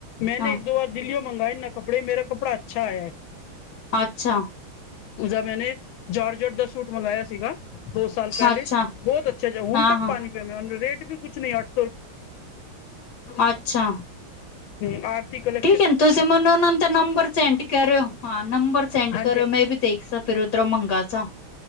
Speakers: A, on the left (about 80°); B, on the left (about 65°).
A: ਮੈਨੇ
B: ਹਾਂ।
A: ਇੱਕ ਦੋ ਵਾਰ ਦਿੱਲੀਓ ਮੰਗਾਏ ਨਾ ਕੱਪੜੇ ਮੇਰਾ ਕੱਪੜਾ ਅੱਛਾ ਆਇਐ।
B: ਅੱਛਾ
A: ਉਜ਼ਾ ਮੈਨੇ ਜਾਰਜਟ ਦਾ ਸੂਟ ਮੰਗਾਇਆ ਸੀਗਾ ਦੋ ਸਾਲ
B: ਅੱਛਾ
A: ਬੌਤ ਅੱਛਾ ਜੇ ਹੁਣ
B: ਹਾਂ
A: ਤੱਕ
B: ਹਾਂ
A: ਪਾਨੀ ਪੀ ਮੈ ਰੇਟ ਵੀ ਕੁਛ ਨਈ ਅਠ
B: ਅੱਛਾ
A: ਹੂੰ ਆਰਤੀ ਕਲੇ
B: ਠੀਕ ਐ ਤੁਸੀ ਮੈਨੂੰ ਉਨਾਂ ਦਾ ਨੰਬਰ ਸੈਂਡ ਕਰਿਓ ਹਾਂ ਨੰਬਰ ਸੈਂਡ
A: ਹਾਂਜੀ
B: ਕਰੋ ਮੈਂ ਵੀ ਦੇਖ ਸਾਂ ਫੇਰ ਉਧਰੋਂ ਮੰਗਾਸਾਂ।